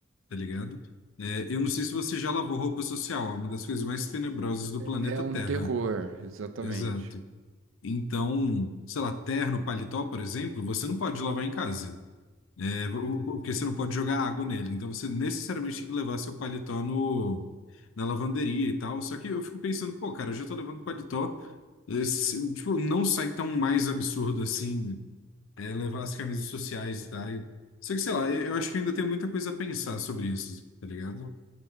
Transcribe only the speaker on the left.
tá ligado? É, eu não sei se você já lavou roupa social, é uma das coisas mais tenebrosas do planeta
Terra.
Exato. Então, sei lá, terno, paletó, por exemplo, você não pode lavar em casa, é, o- porque você não pode jogar água nele. Então, você necessariamente tem que levar seu paletó no, na lavanderia e tal. Só que eu fico pensando, pô, cara, eu já tô levando paletó. eh, se- tipo, não sai tão mais absurdo assim, é, levar as camisas sociais e tal. Só que, sei lá, eu, eu acho que ainda tem muita coisa a pensar sobre isso, tá ligado?